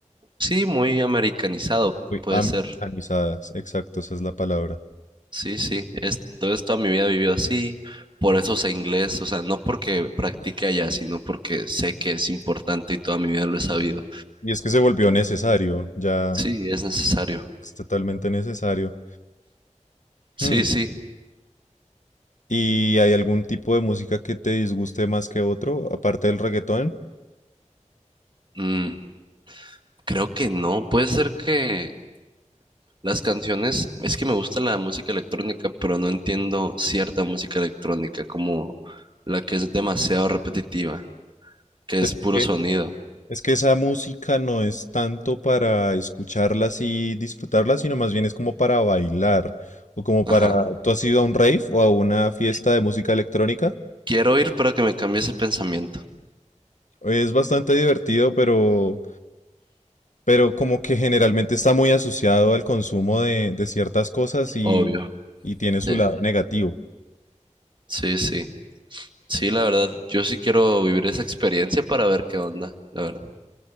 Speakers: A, on the right; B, on the left.
A: sí, muy americanizado,
B: uy,
A: puede
B: americanizadas,
A: ser.
B: exacto, esa es la palabra.
A: Sí, sí. Es, entonces toda mi vida he vivido así. Por eso sé inglés, o sea, no porque practique allá, sino porque sé que es importante y toda mi vida lo he sabido.
B: Y es que se volvió necesario, ya
A: Sí, es necesario.
B: es totalmente necesario.
A: Sí,
B: Hmm.
A: sí.
B: ¿Y hay algún tipo de música que te disguste más que otro, aparte del reggaetón?
A: Mm, creo que no. Puede ser que las canciones, es que me gusta la música electrónica, pero no entiendo cierta música electrónica como la que es demasiado repetitiva, que
B: Es
A: es
B: que,
A: puro sonido.
B: es que esa música no es tanto para escucharla y disfrutarla, sino más bien es como para bailar o como
A: Ajá.
B: para... ¿Tú has ido a un rave o a una fiesta de música electrónica?
A: Quiero ir para que me cambie ese pensamiento.
B: Es bastante divertido, pero, pero como que generalmente está muy asociado al consumo de, de ciertas cosas y,
A: Obvio.
B: y tiene su
A: Sí,
B: lado negativo.
A: sí, sí. Sí, la verdad, yo sí quiero vivir esa experiencia para ver qué onda, la verdad.